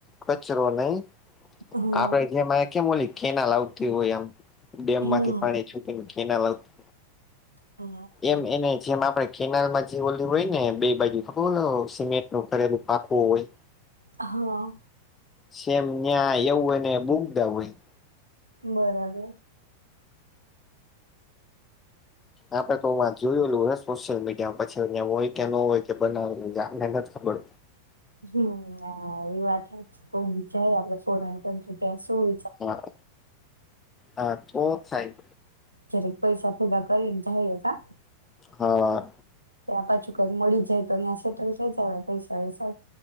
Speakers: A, on the left; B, on the right.
A: કચરો નહી
B: હા
A: આપડે જે કેલી કેનાલ આવતી હોય આમ ડેમ
B: હમ
A: માંથી પાણી છૂટીને કેનાલ આવતી
B: <inaudible>
A: એમ એને જેમ આપડે કેનાલમાં જે ઓલી હોય ને બે બાજુ ખબર સિમેન્ટ ન ઘરેલું પાકું હોય
B: હા
A: સેમ ન્યાં એવું હોય ને બુકદા હોય
B: બરાબર
A: આપડ તો જોયેલું હ સોશિયલ મીડિયામાં પછી અ હોય કે ન હોય કે બનાવેલ આપને નથી ખબર
B: હમ એ વાત કો બીજાય આપડે ફોરણ પણ ત્યાં સુું
A: હા હા તો થાય
B: જ્યારે પૈસા પોડા કરીને જાયએ હા
A: હા
B: ત્યા પાછું કઈક મળી જાય તો સેટલ થઈ જ પૈસા વૈસા